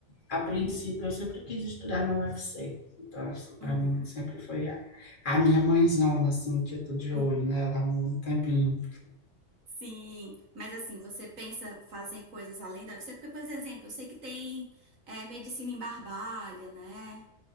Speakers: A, on the left; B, on the right.
A: a princípio eu sempre quis estudar na UFC, então assim, para
B: uhum,
A: mim sempre foi a, a minha mãezona, assim, que eu tô de
B: uhum.
A: olho nela há um tempinho.
B: Sim, mas assim, você pensa fazer coisas além da... Você, porque, por exemplo, eu sei que tem é, medicina em Barbalha, né?